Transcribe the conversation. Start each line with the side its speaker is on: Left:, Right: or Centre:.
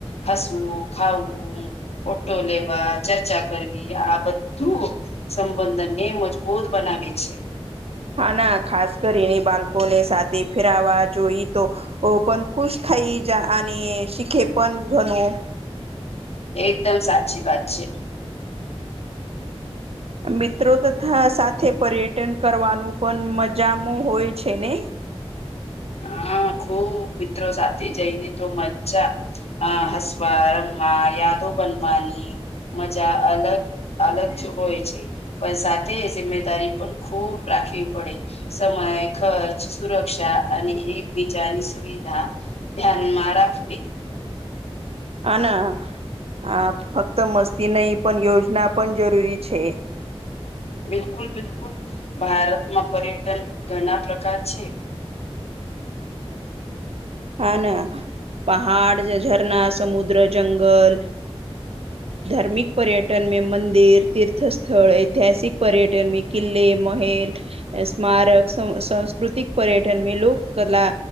Left: હસવું ખાવું. ફોટો લેવા ચર્ચા કરવી આ બધું. બંદન ને મજબૂત બનાવે છે.
Right: હા ના ખાસ કરીને બાળકોને સાથે ફેરવા જોઈએ તો પણ ખુશ થઈ જ અને શીખે પણ ઘણું
Left: એકદમ સાચી વાત છે.
Right: મિત્રો તથા સાથે પર્યટન કરવાનું પણ મજામાં હોય છે ને.
Left: હા ખુબ મિત્રો સાથે જઈને તો મજા. હ હસવા, રમ્મા યા તો બનવાની. મજા અલગ અલગ જ હોય છે. પણ સાથે જિમ્મેદારી પણ ખૂબ રાખવી પડે. સમય, ખર્ચ, સુરક્ષા અને એકબીજાની સુવિધા ધ્યાનમાં રાખવી.
Right: હન આ ફક્ત મસ્તી નહી પણ યોજના પણ જરૂરી છે.
Left: બિલકુલ બિલકુલ ભારતમાં પર્યટન ઘણા પ્રકાર છે.
Right: હા ના પહાડ જે ઝરના, સમુદ્ર, જંગલ, ધાર્મિક પર્યટન મે મંદિર તીર્થ સ્થળ ઐતિહાસિક પર્યટન મે કિલ્લે મહેલ, સ્મારક, સાંસ્કૃતિક પર્યટન મે લોક કલા,